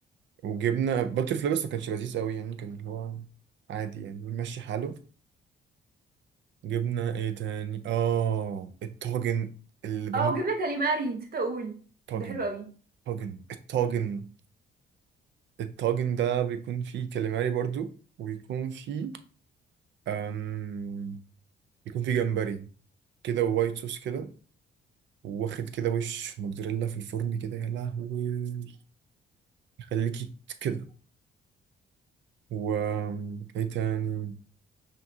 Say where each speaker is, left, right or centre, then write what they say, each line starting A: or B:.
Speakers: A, on the right; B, on the right.
A: وجبنا باتر فلاي بس ما كانش لذيذ قوي يعني كان اللي هو عادي يعني ماشي حاله جبنا ايه تاني اه الطاجن اللي بموت
B: اه وجبنة كاليماري نسيت اقول
A: طاجن
B: ده حلو قوي
A: طاجن الطاجن الطاجن ده بيكون فيه كاليماري برضو وبيكون فيه أم... بيكون فيه جمبري كده ووايت صوص كده واخد كده وش موتزاريلا في الفرن كده يا لهوي يخليكي ت- كده و ايه تاني